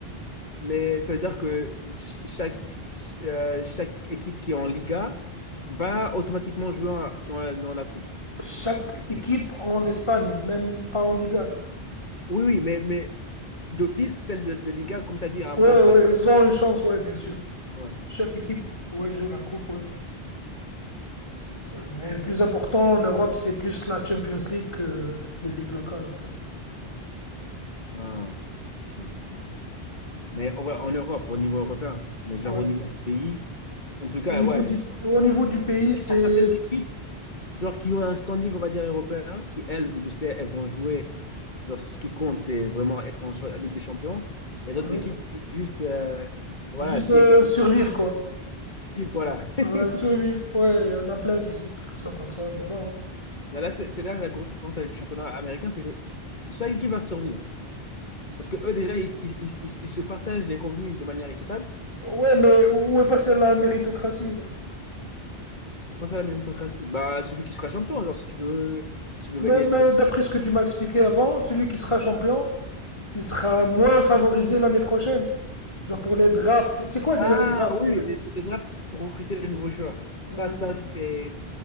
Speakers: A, on the left; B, on the left.
A: Mais ça veut dire que ch- chaque, ch- euh, chaque équipe qui est en Liga va automatiquement jouer en- dans la, dans la coupe.
B: Chaque équipe en Espagne, même pas en Liga, tu vois.
A: Oui, oui, mais, mais d'office, celle de, de Liga, comme tu as dit, à
B: Ouais,
A: moi, on
B: ouais,
A: va les faire.
B: ils ont une chance, ouais, bien sûr.
A: Ouais.
B: Chaque équipe, ouais, joue la coupe, ouais. Mais
A: Ok.
B: le plus important en Europe, c'est plus la Champions League que les ligues locales, en fait.
A: Ah, ok. putain. Mais ouais, en Europe, au niveau européen, mais genre
B: Ouais.
A: au niveau du pays, en tout cas,
B: Au niveau
A: ouais.
B: du, au niveau du pays,
A: Je sais
B: c'est
A: qu'il y a certaines équipes, genre qui ont un standing, on va dire, européen, qui, elles, je sais, elles vont jouer. Genre, ce qui compte, c'est vraiment être en cha- Ligue des Champions. Il y a d'autres
B: ouais,
A: équipes qui, juste, euh, voilà,
B: juste
A: si
B: euh,
A: égalité,
B: survivre, quoi.
A: voilà. <laughs>
B: Ouais, survivre. Ouais, il y en a plein qui, qui sont comme ça, mais bon. hein.
A: Là, là, c'est c'est là la grosse différence avec le championnat américain, c'est que chaque équipe va survivre. Parce que eux, déjà, ils, ils- ils- ils- se partagent les revenus de manière équitable.
B: Ouais, mais où est passée la méritocratie, là
A: Pense à la méritocratie. Bah, celui qui sera champion, genre, si tu veux, si tu veux
B: Mais,
A: gagner,
B: mais
A: tu veux-
B: d'après ce que tu m'as expliqué avant, celui qui sera champion, il sera moins favorisé l'année prochaine. Genre pour les drafts. C'est quoi déjà
A: Ah
B: les drafts,
A: oui,
B: ouais
A: les, les drafts, c'est pour recruter de nouveaux joueurs.
B: Ouais.
A: Ça, ça, si c'est